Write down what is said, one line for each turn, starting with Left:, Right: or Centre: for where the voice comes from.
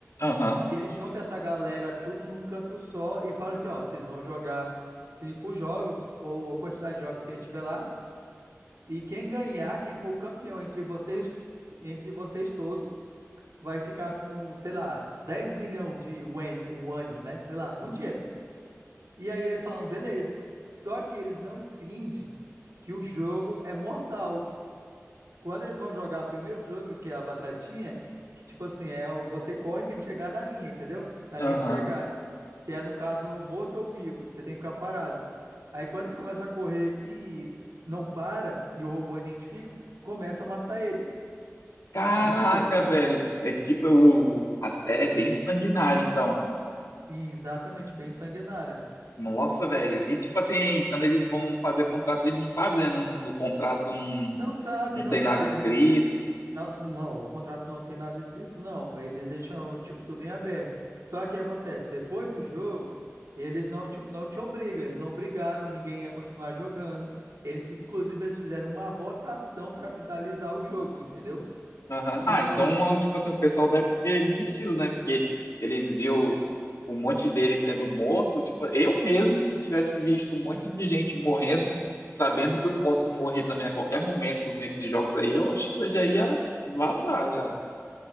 Left: Aham,
Right: E eles juntam essa galera tudo num canto só e falam assim, ó, vocês vão jogar cinco jogos ou a quantidade de jogos que a gente tiver lá. E quem ganhar, quem for o campeão entre vocês, entre vocês todos, vai ficar com, sei lá, 10 milhões de wen- wones, né? Sei lá, muito dinheiro. E aí eles falam, beleza. Só que eles não entendem que o jogo é mortal. Quando eles vão jogar o primeiro jogo, que é a batatinha, que tipo assim, é o- você corre e tem que chegar na linha, entendeu? Na
Left: aham.
Right: linha de chegada. Que é, no caso, morto ou vivo. Você tem que ficar parado. Aí quando eles começam a correr e não para, e o robô identifica, começa a matar eles.
Left: Caraca,
Right: É muito louco, cara.
Left: velho. É tipo, o, a série é bem sanguinária, então.
Right: E exatamente, bem sanguinária.
Left: Nossa, velho. E tipo assim, quando eles vão fazer o contrato, eles não sabem, né? No, no contrato não,
Right: Não sabe,
Left: não
Right: não
Left: tem
Right: fala,
Left: nada escrito.
Right: não Não, não, o contrato não tem nada escrito, não. mas Eles deixam, tipo, tudo em aberto. Só que acontece, depois do jogo, eles não, tipo, não te obrigam. Eles não obrigaram ninguém a continuar jogando. Eles, fi- inclusive, eles fizeram uma votação para finalizar o jogo, entendeu?
Left: Aham.
Right: E
Left: Ah, então, eu, tipo assim, o pessoal deve ter desistido, né? Porque eles viu um monte deles sendo morto. Tipo, eu mesmo, se tivesse visto um monte de gente morrendo, sabendo que eu posso morrer também a qualquer momento nesses jogos aí, eu acho que eu já ia vazar já.